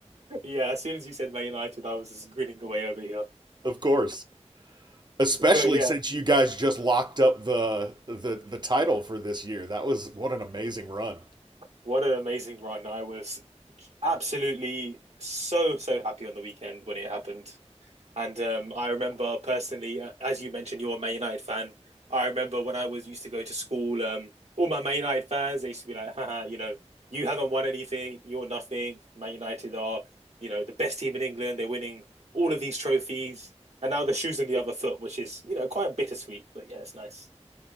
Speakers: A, on the right; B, on the right.
A: yeah, as soon as you said Man United, I was just grinning away over here.
B: Of course. Especially
A: But yeah,
B: since you guys just locked up the the the title for this year. That was what an amazing run.
A: what an amazing run. I was absolutely so, so happy on the weekend when it happened. And um, I remember personally, uh, as you mentioned, you're a Man United fan. I remember when I was used to go to school, um, all my Man United fans, they used to be like, haha, you know, you haven't won anything, you're nothing. Man United are, you know, the best team in England. They're winning all of these trophies. And now the shoe's on the other foot, which is, you know, quite bittersweet, but yeah, it's nice.